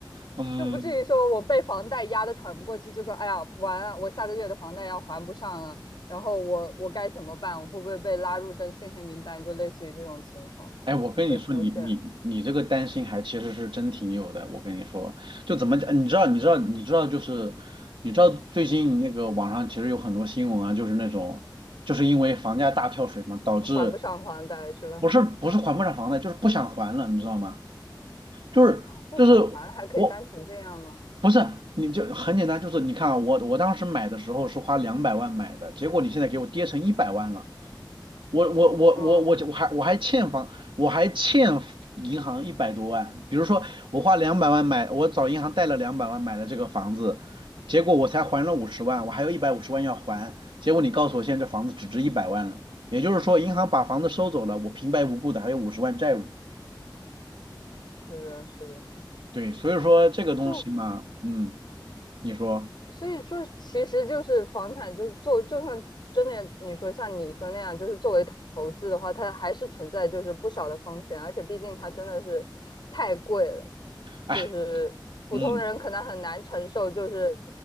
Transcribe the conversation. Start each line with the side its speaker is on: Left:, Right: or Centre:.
Right: 嗯。
Left: 就不至于说我被房贷压得喘不过气，就说哎呀完了，我下个月的房贷要还不上了，然后我我该怎么办？我会不会被拉入征信黑名单？就类似于这种情况
Right: 哎，我跟你说，
Left: 的出现，
Right: 你你你这个担心还其实是真挺有的。我跟你说，就怎么讲，你知道，你知道，你知道，就是你知道最近那个网上其实有很多新闻啊，就是那种就是因为房价大跳水嘛，导致
Left: 还不上房贷是吧？
Right: 不是不是还不上房贷，就是不想还了，你知道吗？就是就是我
Left: 啊，不想还了还可以单纯这样吗？
Right: 不是你就很简单，就是你看啊，我我当时买的时候是花两百万买的，结果你现在给我跌成一百万了。我我我我我我还我还欠房，
Left: 嗯，
Right: 我还欠银行一百多万。比如说我花两百万买，我找银行贷了两百万买了这个房子，结果我才还了五十万，我还有一百五十万要还。结果你告诉我现在这房子只值一百万了，也就是说银行把房子收走了，我平白无故的还有五十万债务。
Left: 是的，是的，
Right: 对，所以说这个东西嘛，
Left: 就
Right: 嗯，你说，
Left: 所以说，其实就是房产，就是做，就算真的你说像你说那样，就是作为投资的话，它还是存在就是不少的风险，而且毕竟它真的是太贵了，
Right: 哎，
Left: 就是普通人可能很难承受，
Right: 嗯
Left: 就是